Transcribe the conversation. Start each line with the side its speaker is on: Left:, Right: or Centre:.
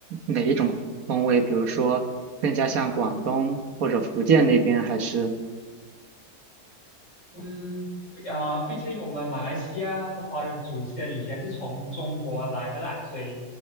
Right: 哪一种风味？比如说，更加像广东或者福建那边，还是？
Left: 嗯，啊、毕竟我们马来西亚的华人祖先以前是从中国来的啦，所以